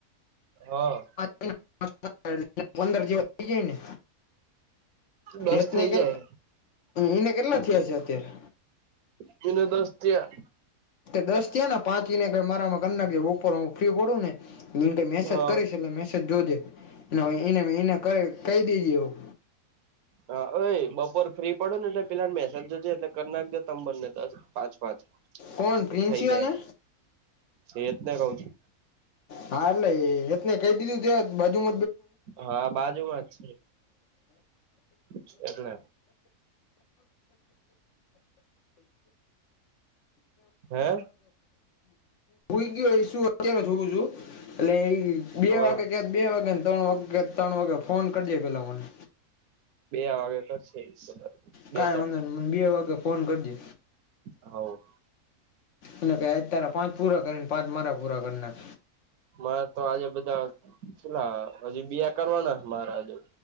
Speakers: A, on the right; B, on the left.
A: હા.
B: <unintelligible> પંદર જેવા થઈ જાયને
A: દસ
B: એતને
A: થઇ
B: કે
A: જાય
B: એને કેટલા થયા છે અત્યારે
A: તને દસ્ થયા
B: દસ થયા ને પાંચ ને કઈ મારામાં કના બપોર હું ફ્રી પડું ને એ કઈ મેસેજ
A: હા
B: કરીશ એટલે મેસેજ જોજે એને એનેે કહી દીજે એવું
A: હા, બપોર ફ્રી પડો ને એટલે પેલા મેહેસેજ જજ એટલે કર નાખ જે સમબરને દસ પાંચ પાંચ
B: કોણ પ્રિન્સી
A: થઈ જાય
B: ને
A: એ રતના કવ છું.
B: હા એટલે હતને કહી દીધું ત બધું
A: હા બાજુમાં જ છે એટલે હે
B: ઈ ગયો શું અત્યારે જોું એટ એ
A: હ
B: બે વાગે કયા બે વાગેને ત્રણ વાગે ક ત્રણ વાગે ફોન કરજે પેલાં મને
A: બે વાગે કરશે બે
B: કાંઈ વાંધો નને મને બે વાગે ફોન કરી જે.
A: હ
B: એને ક અતારા પાંચ પૂરા કરીને પાંચ મારા પૂરા કરનાર
A: મારે તો આજે બધા પેલા હજી બીયા કરવાના મારે હજુ